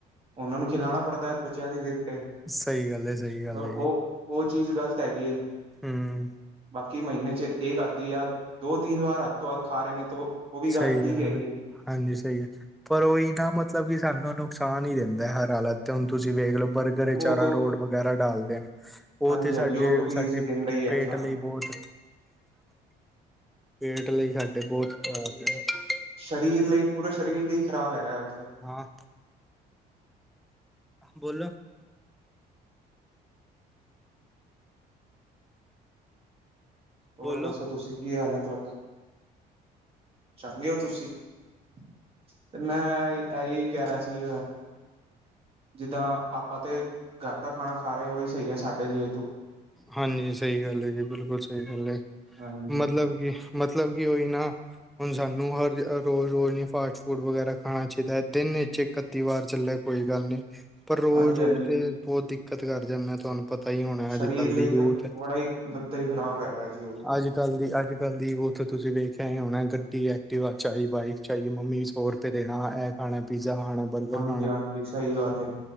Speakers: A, on the right; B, in the centre.
A: ਉਹਨਾਂ ਨੂੰ ਖਿਲਾਣਾ ਪੜਦਾ ਬੱਚਿਆਂ ਦੀ ਤੇ
B: ਸਹੀ ਗੱਲ ਹੈ ਸਹੀ ਗੱਲ
A: ਪਰ
B: ਹੈ
A: ਉਹ ਉਹ ਚੀਜ਼ ਗ਼ਲਤ ਹੈਗੀ ਏ
B: ਹੰ
A: ਬਾਕੀ ਮਹੀਨੇ ਚ ਇਹ ਕਰਦੀ ਆ ਦੋ ਤਿੰਨ ਵਾਰ ਅਧ ਤੋਂ ਵਧ ਖਾ ਰਹੇ ਨੇ ਤੋ ਉਹ ਵੀ
B: ਸਹੀ
A: ਠੀਕ
B: ਗੱਲ
A: ਹੈਗੀ
B: ਏ
A: ਹੈ
B: ਹਾਂਜੀ ਸਹੀ ਗੱਲ ਪਰ ਉਹੀ ਨਾ ਮਤਲਬ ਕਿ ਸਾਨੂੰ ਨੁਕਸਾਨ ਹੀ ਦਿੰਦਾ ਹਰ ਹਾਲਤ ਤੇ ਹੁਣ ਤੁਸੀਂ ਵੇਖ ਲਓ ਪਰ ਤੇ
A: ਉਹ
B: ਚਾਰਾ
A: ਤੋਂ
B: ਰੋਡ ਵਗੈਰਾ ਡਾਲਦੇ ਨੇ ਉਹ
A: ਹਾਂਜੀ
B: ਤੇ
A: ਹਾਂਜੀ
B: ਸਾਡੇ
A: ਉਹ ਤੋਂ ਵੀਰ
B: ਸਾਡੇ
A: ਜੀ ਦਿੰਦਾ ਹੀ ਹੈ
B: ਪੇਟ
A: ਸਾਨੂੰ
B: ਲਈ ਬਹੁਤ ਪੇਟ ਲਈ ਸਾਡੇ ਬਹੁਤ ਖਰਾਬ ਆ
A: ਸ਼ਰੀਰ ਲਈ ਪੂਰੇ ਸ਼ਰੀਰ ਲਈ ਖ਼ਰਾਬ ਹੈਗਾ ਏ, ਉਹ ਤੇ
B: ਹਾਂ ਬੋਲੋ
A: ਹੋਰ
B: ਬੋਲੋ
A: ਦੱਸੋ ਤੁਸੀਂ ਕੀ ਹਾਲ ਹੈ ਤੁਹਾਡੇ ਚੰਗੇ ਔ ਤੁਸੀਂ ਤੇ ਮੈਂ ਇਹੀ ਕਹਿ ਰਿਹਾ ਸੀ ਜਿੱਦਾਂ ਆਪਾਂ ਤੇ ਘਰ ਦਾ ਖਾਣਾ ਖਾ ਰਹੇ ਹਾਂ ਉਹੀ ਸਹੀ ਹੈ ਸਾਡੇ। ਲਈ ਤੋ
B: ਹਾਂਜੀ ਸਹੀ ਗੱਲ ਏ ਜੀ ਬਿਲਕੁਲ ਸਹੀ ਗੱਲ ਏ
A: ਹਾਂਜੀ
B: ਮਤਲਬ ਕੀ ਮਤਲਬ ਕਿ ਉਹੀ ਨਾ ਹੁਣ ਸਾਨੂੰ ਹਰ ਰੋਜ਼ ਰੋਜ਼ ਨਹੀਂ ਫਾਸਟ ਫੂਡ ਵਗੈਰਾ ਖਾਣਾ ਚਾਹੀਦਾ ਹੈ ਦਿਨ ਵਿੱਚ ਕਤੀ ਵਾਰ ਚੱਲੇ ਕੋਈ ਗੱਲ ਨੀ ਪਰ ਰੋਜ਼-ਰੋਜ਼
A: ਹਾਂਜੀ ਹਾਂਜੀ
B: ਤੇ ਬਹੁਤ ਦਿੱਕਤ ਕਰ ਜਾਂਦੇ ਤੁਹਾਨੂੰ ਪਤਾ ਹੀ ਹੋਣਾ
A: ਸਰੀਰ
B: ਅਜੇ ਅਜ ਕੱਲ
A: ਲਈ
B: ਦੀ ਯੂਥ
A: ਤੇ ਬੜਾ ਹੀ ਬੱਦਾ ਹੀ ਖ਼ਰਾਬ ਹੈਗਾ ਜੀ ਉਹ
B: ਅੱਜ ਅੱਜ ਕੱਲ ਦੀ ਅੱਜ ਕੱਲ੍ਹ ਦੀ ਯੁਥ ਤੁਸੀਂ ਵੇਖਿਆ ਹੀ ਹੋਣਾ ਗੱਡੀ, ਐਕਟੀਵਾ ਚਾਹੇ ਬਾਈਕ ਚਾਹੀਏ ਮੰਮੀ ਹੋ ਰੁਪਏ ਦੇਣਾ ਇਹ ਖਾਣਾ ਪੀਜ਼ਾ ਖਾਣਾ ਬਰਗਰ
A: ਹਾਂਜੀ
B: ਖਾਣਾ
A: ਹਾਂਜੀ ਸਹੀ ਗੱਲ ਹੈ